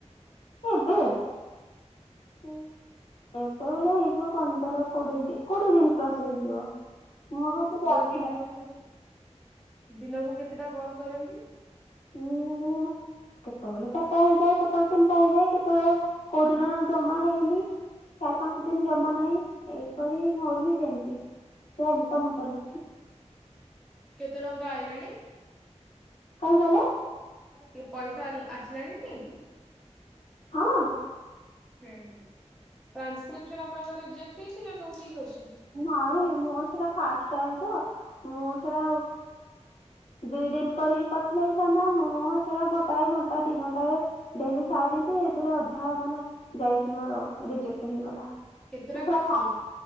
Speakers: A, on the left; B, in the centre.
A: ଏବେ ଏବେ ବୋଲେ ହେଇଯିବ ପନ୍ଦର କୋଡିଏ କୋଡିଏ ଦିନ ପ୍ଲସ ହେଇଯିବ। ମୁଁ ବି ଟିକେ
B: ଆପଣ
A: ଅଥିଲା।
B: ଦିନକୁ ଦିନକୁ କେତେଟା କଲ କରନ୍ତି।
A: ଉୁଁ କେତେବେଳେ ଚାର୍ଟା ହେଇଥାଏ କେ କେତେବେଳେ ତିନିଟା ହେଇଯାଏ। କେତେବେଳେ କୋଉ ଦିନ ଜମା ହେଇନି ଚାରି ପାଞ୍ଚ ଦିନ ଜମା ନାହିଁ। ଏଇପରି ମୋର ବି ସେମିତି ସେମିତି ତମ ପରି।
B: କେତେ ଟଙ୍କା ଆଇଲାଣି।
A: କଣ କହିଲେ।
B: କି ପଇସା ଆସିଲାଣି ଟି।
A: ହଁ।
B: ହୁଁ ହୁଁ ଟ୍ରଂସ୍କ୍ରିପ୍ସନ ଆପଣଙ୍କ ରଜେକ୍ଟ ହେଇଛି। ନା ସବୁ ଠିକ ଆସୁଛି।
A: ନାଇଁ ମୁଁ ସେଟା ଫାଷ୍ଟ ଟାଇମ ତ ମୁଁ ସେଇଟା ଦିଇ ଦିନ କରିକି କରିଥିଲେ ହେଇଥାନ୍ତା ମୁଁ ସେଟା ଗୋଟାଏ ଘଣ୍ଟା ଦି ଘଣ୍ଟରେ ଡେଲି ସାରଛି ଏଥିରେ ଅଧା ମାନେ ଯାଇଛି। ମୋର ରିଜେକ୍ଟ ହେଇଗଲା।
B: କେତେଟା
A: ମୁଁ ପୁରା
B: କରିଥିଲେ।
A: ଫା